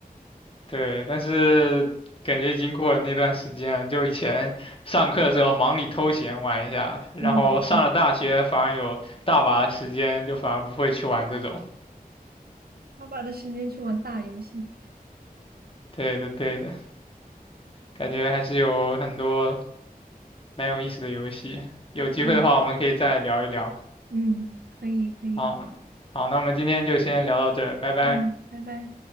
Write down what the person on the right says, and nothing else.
嗯嗯嗯，
他把的时间去玩大游戏。
嗯
嗯，可以可以，
嗯，拜拜。